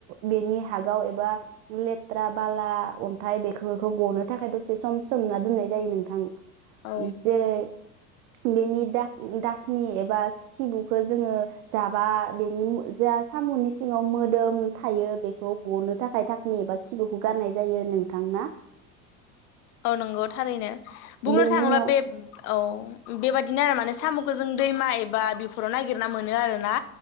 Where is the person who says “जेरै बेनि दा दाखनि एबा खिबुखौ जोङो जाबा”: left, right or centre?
Right